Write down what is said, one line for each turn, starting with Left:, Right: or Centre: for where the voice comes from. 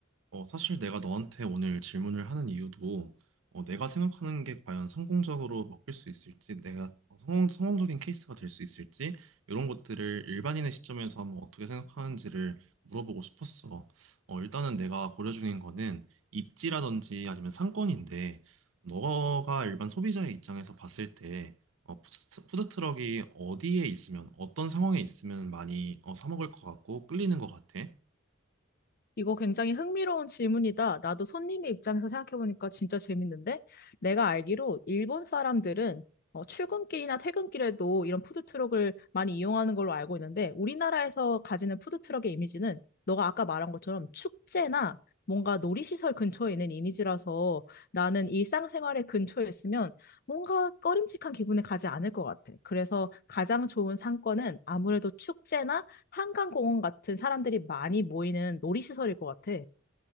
Right: 어, 사실 내가 너한테 오늘 질문을 하는 이유도 어, 내가 생각하는 게 과연 성공적으로 먹힐 수 있을지, 내가 어, 성공, 성공적인 케이스가 될 수 있을지, 이런 것들을 일반인의 시점에서 한번 어떻게 생각하는지를 물어보고 싶었어. 어, 일단은 내가 고려 중인 거는 입지라든지 아니면 상권인데, 너가 일반 소비자의 입장에서 봤을 때, 어, 푸드- 푸드트럭이 어디에 있으면, 어떤 상황에 있으면 많이 어, 사 먹을 것 같고 끌리는 것 같아?
Left: 이거 굉장히 흥미로운 질문이다. 나도 손님의 입장에서 생각해보니까 진짜 재밌는데? 내가 알기로 일본 사람들은 어, 출근길이나 퇴근길에도 이런 푸드트럭을 많이 이용하는 걸로 알고 있는데, 우리나라에서 가지는 푸드트럭의 이미지는 너가 아까 말한 것처럼 축제나 뭔가 놀이시설 근처에 있는 이미지라서 나는 일상생활의 근처에 있으면 뭔가 꺼림칙한 기분에 가지 않을 것 같아. 그래서 가장 좋은 상권은 아무래도 축제나 한강공원 같은 사람들이 많이 모이는 놀이시설일 것 같아.